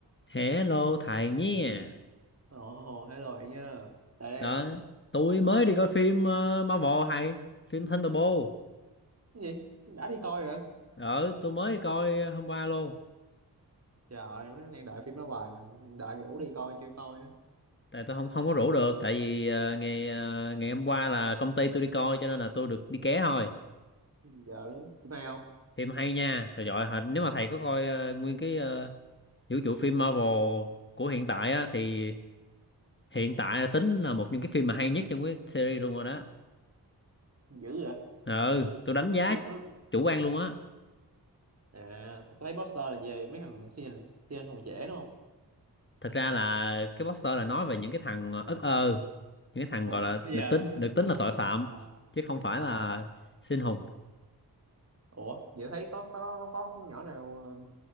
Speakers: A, on the left (about 30°); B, on the right (about 40°).
A: Hello thầy nhé.
B: Ồ, hello bạn nha. Tại đây.
A: Đó, tôi mới đi coi phim ờ, Marvel hay phim Thunderbolt.
B: Cái gì? Đã đi coi rồi hả?
A: Đó, tôi mới đi coi ờ, hôm qua luôn.
B: Trời ơi, mới đang đợi phim đó hoài mà đợi mày đủ đi coi chưa coi nữa.
A: Tại tôi không không có rủ được tại vì ờ, ngày ờ, ngày hôm qua là công ty tôi đi coi cho nên là tôi được đi ké thôi.
B: Giờ phim hay không?
A: Phim hay nha. Rồi giỏi hả? Nếu mà thầy có coi ờ, nguyên cái ờ, vũ trụ phim Marvel của hiện tại á thì hiện tại là tính là một những cái phim mà hay nhất trong cái series luôn rồi đó.
B: Dữ vậy.
A: Ừ, tôi đánh giá
B: Nó nó
A: chủ quan luôn á.
B: à, tôi thấy poster là về mấy thằng siêu siêu hùng trẻ đúng không?
A: thật ra là cái poster là nói về những cái thằng ất ơ những cái thằng
B: Ồ,
A: gọi là
B: giờ
A: được tính
B: <laughs>
A: được tính là tội phạm
B: à,
A: chứ không phải
B: à,
A: là sinh hùng
B: ủa, vậy thấy có có có, có nhỏ nào ờ,